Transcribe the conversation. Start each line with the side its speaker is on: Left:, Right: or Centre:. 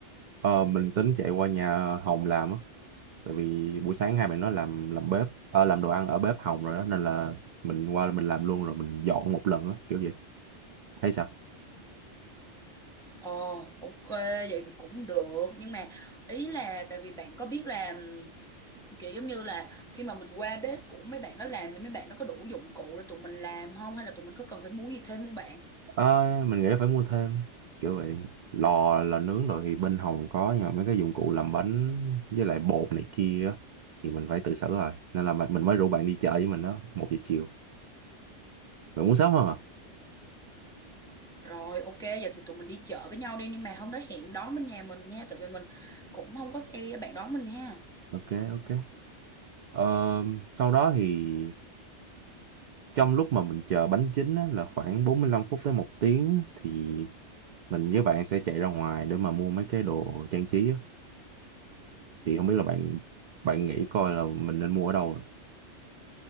Right: ờ, mình tính chạy qua nhà Hồng làm á. tại vì buổi sáng hai bạn nó làm làm bếp ờ, làm đồ ăn ở bếp Hồng rồi đó nên là mình qua mình làm luôn rồi mình dọn một lần á kiểu vậy thấy sao
Centre: Ờ, ok, vậy thì cũng được. Nhưng mà ý là tại vì bạn có biết làm kiểu giống như là khi mà mình qua bếp của mấy bạn nó làm thì mấy bạn nó có đủ dụng cụ để tụi mình làm không? Hay là tụi mình có cần phải mua gì thêm không bạn?
Right: Ờ, mình nghĩ là phải mua thêm kiểu vậy lò là nướng rồi thì bên Hồng có nhưng mà mấy cái dụng cụ làm bánh với lại bột này kia á thì mình phải tự xử rồi nên là mà- mình mới rủ bạn đi chợ với mình đó một giờ chiều bạn muốn sớm hơn à
Centre: Rồi ok vậy thì tụi mình đi chợ với nhau đi nhưng mà hôm đó hẹn đón bên nhà mình nha tại vì mình cũng không có xe bạn đón mình ha.
Right: ok ok Ờ, sau đó thì trong lúc mà mình chờ bánh chín á, là khoảng 45 phút tới một tiếng á, thì mình với bạn sẽ chạy ra ngoài để mà mua mấy cái đồ trang trí á. Thì không biết là bạn bạn nghĩ coi là mình nên mua ở đâu